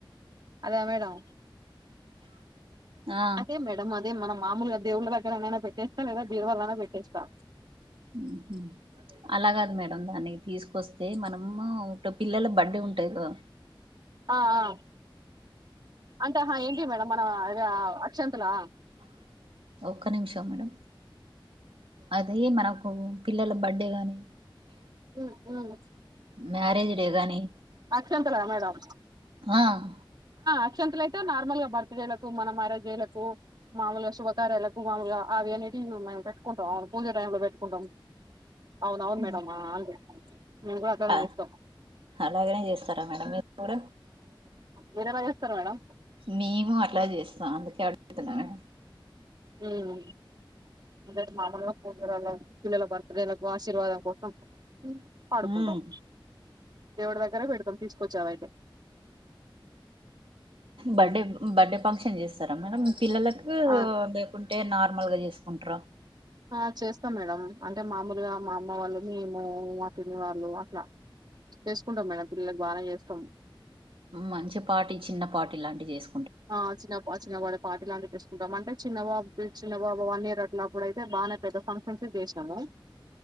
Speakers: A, on the right; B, on the right.
A: అదా మేడం
B: ఆ
A: అదే మేడం అన్ అదే మన మామూలుగా దేవుళ్ళ దగ్గరైనా పెట్టేస్తా లేదా బీరువలనైనా పెట్టేస్తా.
B: ఉహ్మ్ హు లాగదు మేడం దాన్ని తీసుకొస్ తే మనము. ఇప్పుడు పిల్లల బట్ లు ఉంటాయి గా
A: ఆ ఆ అంటే ఆహా ఏంటి మేడం. మన వ అక్షంతలా
B: ఒక్క నిమిషం మేడం. అదే మనకు పిల్లల బర్డే గాని
A: ఉహ్మ్ ఉహ్మ్
B: మ్యారేజ్ డే గానీ
A: అక్షంతల మేడం.
B: ఆహ్
A: అక్షంతల అయితే నార్మల్ గా బర్త్డే లకు, మన మ్యారేజ్ డే లకు, మామూలుగా శుభకార్యాలకు మాములుగా అవి అనేటివి మేము పెట్టుకుంటాం. ఆహ్ పూజ టైం లో పెట్టుకుంటాం. అవును అవును
B: ఉమ్.
A: మేడమ్ అన్వ్ మేం కూడ అట్లనే
B: ఆ,
A: చేస్తాం
B: అలాగనే చేస్తారా మేడం మీరు కూడా
A: మీరెలా చేస్తరు మేడమ్
B: మేము అట్లా చేస్తా అందుకే అడుగుతున్నాను
A: హుమ్ అదే మామలుగా ప్రోగ్రాంలకు పిల్లల బర్త్డేలకు ఆశీర్వాదం కోసం పాడుకుంటాం
B: ఉమ్.
A: దేవుడి దగ్గర బెడతాం తీసుకొచ్చి అదైతే
B: బర్డే బర్డే ఫంక్షన్ చేస్తరా మేడం పిల్లలకు
A: ఆ
B: లేకున్ అంటే నార్మల్గా చేసుకుంట్ర
A: ఆ చేస్తాం మేడం అంటే మామూలుగా మా అమ్మ వాళ్ళు మేము మా పిన్ని వాళ్ళు అట్లా చేసుకుంటాం మేడం పిల్లలకు బానే చేస్తాం
B: మంచి పాటి చిన్న పాటి లాంటివి చేస్
A: ఆ చిన్న ప చిన్న పాడ పాార్టీ లాంటివి చేసుకుంటాం అంటే చిన్నబాబు చిన్న బాబు వన్ ఇయర్ అట్ల అప్పుడైతే బానే పెద్ద ఫంక్షన్స్ ఏ చేసినము